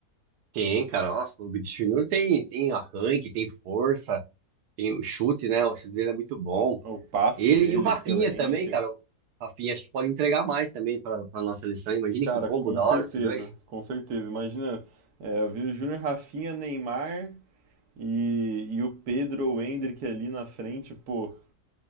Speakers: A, on the right; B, on the right.
A: Tem, cara, nossa, o Bichirnu tem, tem arranque, tem força, tem o chute, né? O chute dele é muito bom.
B: O passe
A: Ele
B: dele,
A: e o Rafinha
B: excelente.
A: também, cara. O Rafinha acho que pode entregar mais também para a nossa seleção. Imagina
B: Cara,
A: que combo
B: com
A: da
B: certeza,
A: hora esses dois.
B: com certeza. Imagina, é, eu vi o Júnior Rafinha, Neymar, E, e o Pedro ou o Hendrick ali na frente, pô,